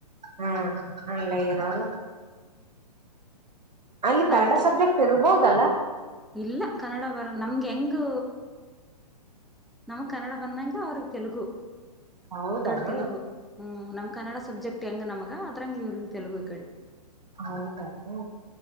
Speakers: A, on the right; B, in the centre.
A: ಹ್ಮ್ ಅಲ್ಲೇ ಇರೋರು ಅಲ್ಲಿ ಕನ್ನಡ
B: ಅದಕ್ಕೆ
A: ಸಬ್ಜೆಕ್ಟ್ ಇರ್ಬೋದಲ್ಲ. <inaudible>
B: ಇಲ್ಲ ಕನ್ನಡ ಬರ <unintelligible> ನಮ್ಗೆ ಹೆಂಗು ನಮ್ಗೆ ಕನ್ನಡ ಬಂದಾಗ ಅವ್ರಿಗೆ ತೆಲುಗು.
A: ಹೌದಾನ
B: ಇ ಕಡೆ ತೆಲುಗು ಹ್ಮ್ ನಮ್ ಕನ್ನಡ ಸಬ್ಜೆಕ್ಟ್ ಹೆಂಗ ನಮಗ್ ಹಾ ಅದ್ರಂಗ ಇವ್ರಿಗೂ ತಲುಗು ಈ ಕಡೆ.
A: ಹೌದಾತು